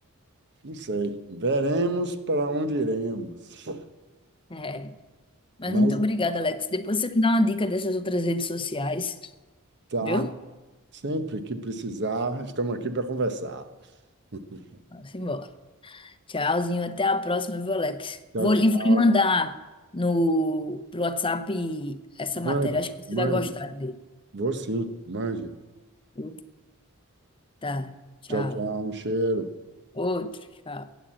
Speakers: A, on the right; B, on the left.
A: Não sei. Veremos para onde iremos.
B: é. Mas
A: Mas
B: muito obrigada, Alex. Depois você me dá uma dica dessas outras redes sociais,
A: tá,
B: viu?
A: sempre que precisar, estamos aqui para conversar. <laughs>
B: Vamos embora. Tchauzinho, até a próxima, viu, Alex?
A: Tchau,
B: Vou,
A: tchau.
B: e vou lhe mandar no, pro WhatsApp essa matéria.
A: Mande,
B: Acho que você
A: mande.
B: vai gostar dele,
A: Vou sim, mande.
B: viu? Tá, tchau.
A: Tchau, tchau. Um cheiro.
B: Outro, tchau.